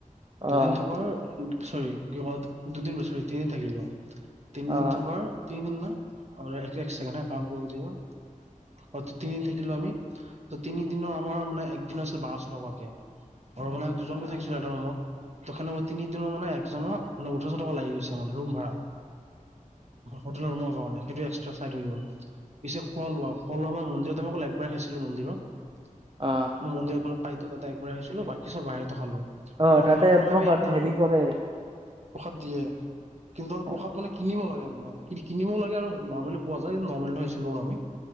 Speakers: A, on the right; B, on the right.
A: দুদিন
B: অ'।
A: থকাৰ। চৰি লগত দুদিন নহয় ছৰি তিনিদিন থাকিলো। তিনিদিন
B: অ',
A: থকাৰ তিনিদিন ন ৰহ এক চেকেণ্ড হা কাম কৰি দিব। অ তিনিদিন থাকিলো আমি ত তিনি দিনৰ আমাৰ মানে একদিন আছিল বাৰশ, টকাকে ধৰ মানে দুজনকৈ
B: অ',
A: থাকিছিলো এটা ৰুমত তখেনে তিনিদিনৰ মানে একজনৰ মানে ওঠৰশ টকা লাগি গৈছে মানে ৰুম ভাড়াত। হোটেলৰ, ৰুমৰ কাৰণ সেইটো এক্সট্ৰা চাইদ হৈ গ'ল। পিছে খোৱা লোৱা খোৱা লোৱা আমাৰ মন্দিৰত আমি অকল একবাৰে খাইছিলো মন্দিৰত, <unintelligible> <inaudible>
B: অ
A: মই মন্দিৰ, মানে পাইতো তাতে একবাৰে খাইছিলো বাকী চব বাহিৰতে খালো।
B: অ',
A: আৰু
B: তাতে
A: খোৱা লোৱাত
B: প্ৰসাদ
A: আমি একদম-
B: হেৰি কৰে
A: প্ৰসাদ দিয়ে, কিন্তু আৰু প্ৰসাদ
B: অ',
A: মানে কিনিব লাগে মানে আমি। কিনিবও লাগে আৰু নৰ্মেলো পোৱা যায় নৰ্মেলটো খাইছিলো বাৰু আমি,